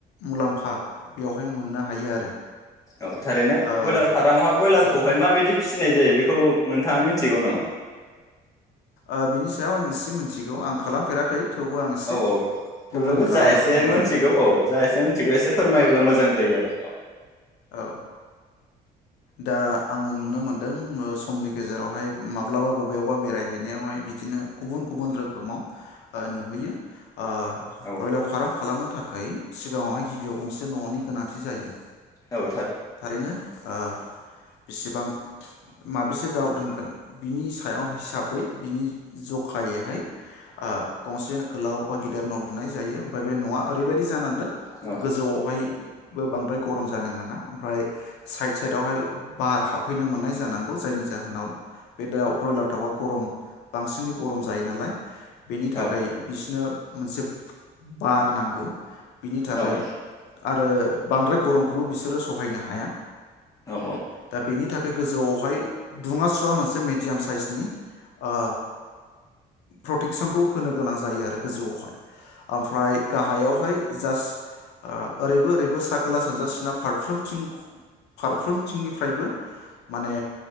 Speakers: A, on the left; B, on the left.
A: मुलाम्फा बेवहाय मोननो हायो आरो।
B: औ थारैनो
A: ओ
B: बयलार फारामावहाय बयलारखौहाय
A: जा
B: माबायदि फिसिनाय जायो बेखौ नोंथाङा मिथिगौ नामा?
A: ओ बिनि सायाव आं इसे मिनथिगौ आं खालामफेराखै। थेवबो आं एसे
B: औ औ थेवब्लाबो
A: गुबुननि खालामनायखौ
B: जा एसे
A: नुनानै
B: मोनथिगौ औ जा एसे मोनथिगौ एसे फोरमायोब्ला मोजां जायो आरो। <inaudible>
A: औ दा आङो नुनो मोनदों ओ समनि गेजेरावहाय माब्लाबा बबेयावबा बेरायहैनायावहाय बिदिनो गुबुन गुबुन रोखोमाव ओ नुहैयो। ओ
B: औ
A: ब्रयलार फाराम खालामनो था खै सिगाङावहाय गिबियाव गंसे न'नि गोनांथि जायो।
B: औ
A: थारैनो ओ बिसेबां माबेसे दाउ दोनगोन बिनि सायाव हिसाबै बिनि जखायैहाय ओ गंसे गोलाव बा गेदिर न' लुनाय जायो ओमफाय बे न'आ ओरैबायदि जानांगोन
B: औ
A: गोजौआवहाय बो बांद्राय नो मोना ओमफ्राय साइद साइदावहाय बार हाबफैनो मोननाय जानांगौ जायनि जाहोनाव बे दाउ ब्रयलार दाउआ गरम बांसिनै गरम जायो नालाय बेनि थाखै
B: औ
A: बिसनो मोनसे बार नांगौ। बिनि थाखै
B: औ
A: आरो बांद्राय गरमखौबो बिसोरो सहायनो हाया।
B: औ औ
A: दा बेनि थाखै गोजौआवहाय दुङा सुवा मोनसे मेडियाम साइसनि ओ प्रटेकसनखौ होनो गोनां जायो आरो गोजौआवहाय। ओमफ्राय गाहायावहाय जास्ट ओ ओरैबो ओरैबो साक खोला, सानजा, सोनाब फारफ्रोमथिं ख फारफ्रोमथिंनिफ्रायबो माने